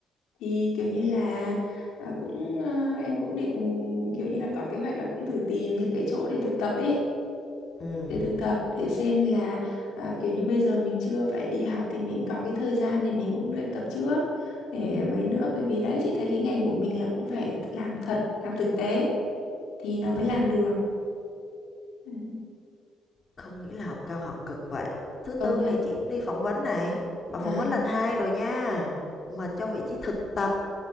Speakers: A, on the left; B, on the left.
A: thì kiểu như là ờ, cũng ờ, em cũng định kiểu như là có kế hoạch là cũng thử tìm những cái chỗ để thực tập ấy
B: Ừm,
A: để thực tập để xem là ờ, kiểu như bây giờ mình chưa phải đi học thì mình có cái thời gian để mình cũng luyện tập trước để mấy nữa bởi vì đấy chị thấy cái ngành của mình là cũng phải làm thật làm thực tế thì nó
B: ừm,
A: mới làm được Ừ.
B: không nghĩ là học cao học cực vậy. Thứ
A: công
B: Tư
A: nhận
B: này chị cũng đi phỏng vấn này, mà
A: à
B: phỏng vấn lần 2 rồi nha, mà cho vị trí thực tập.